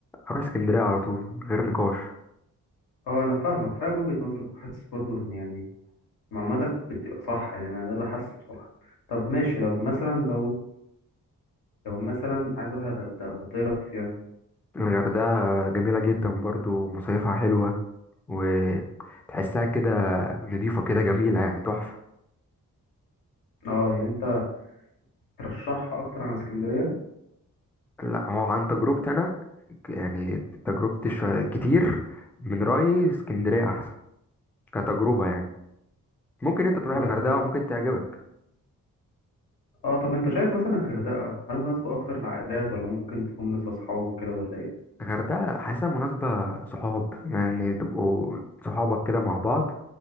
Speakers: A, in the centre; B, on the left (about 85°).
A: أروح اسكندرية على طول من غير نقاش
B: اه انا فاهمك فاهم وجهة نظرك وحاسس برضو ان يعني معلوماتك بتبقى صح يعني انا ده اللي حاسه بصراحة طب ماشي طب مثلا لو لو مثلا عايز اروح الغردقة فانت ايه رأيك فيها
A: الغردقة جميلة جدا برضو مصيفها حلوة وتحسها كده نضيفة كده جميلة يعني تحفة
B: اه يعني انت ترشحها اكتر عن اسكندرية
A: لا هو عن تجربتي انا ك- يعني تجربتي شا- كتير من رأيي اسكندرية احسن كتجربة يعني ممكن انت تروح
B: انت
A: الغردقة
B: حابب
A: وممكن تعجبك
B: اه طب انت شايف مثلا الغردقة هل مناسبة اكتر للعائلات ولا ممكن تكون مناسبة لاصحاب وكده ولا ايه
A: الغردقة حاسة مناسبة صحاب يعني تبقوا صحابك كده مع بعض